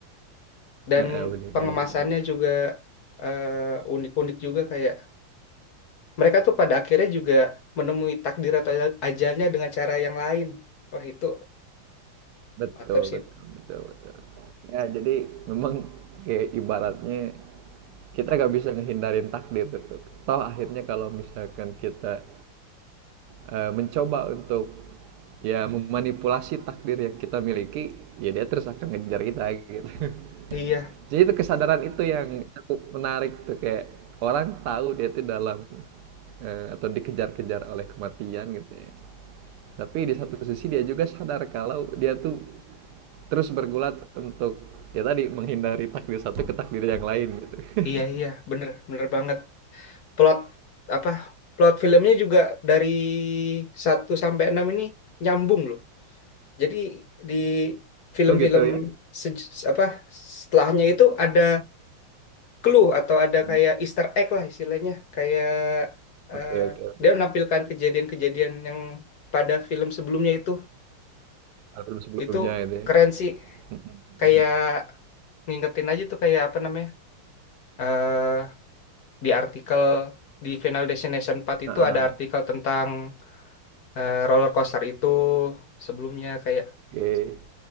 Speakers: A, on the left (about 55°); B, on the right (about 85°).
A: Dan
B: heeh, unik
A: pengemasannya
B: unik unik.
A: juga eh, unik-unik juga kayak mereka tuh pada akhirnya juga menemui takdir atau ajalnya dengan cara yang lain. Wah itu
B: Betul
A: mantap sih.
B: betul betul betul. Ya, jadi memang kayak ibaratnya kita gak bisa ngehindarin takdir itu. Toh akhirnya kalau misalkan kita, eee, mencoba untuk, ya memanipulasi takdir yang kita miliki, ya dia terus akan ngejar kita gitu. <laughs>
A: Iya,
B: Jadi itu kesadaran itu yang cukup menarik tuh kayak orang tahu dia itu dalam, eee, atau dikejar-kejar oleh kematian gitu ya. Tapi di satu sisi dia juga sadar kalau dia tuh terus bergulat untuk ya tadi menghindari takdir satu ke takdir yang lain gitu. <laughs>
A: iya, iya, bener, bener banget. Plot apa? Plot filmnya juga dari satu sampai 6 ini nyambung loh. Jadi di film-film
B: Oh gitu ya?
A: se- apa setelahnya itu ada clue atau ada
B: Hmm.
A: kayak Easter egg lah istilahnya, kayak eh,
B: Oke oke oke.
A: dia menampilkan kejadian-kejadian yang pada film sebelumnya itu.
B: Album sebelumnya
A: Itu
B: gitu ya.
A: keren sih
B: Mhm.
A: kayak ngingetin aja tuh kayak apa namanya eh di artikel di Final Destination empat
B: Heeh,
A: itu ada artikel tentang eh, roller coaster itu sebelumnya kayak
B: Oke. <laughs>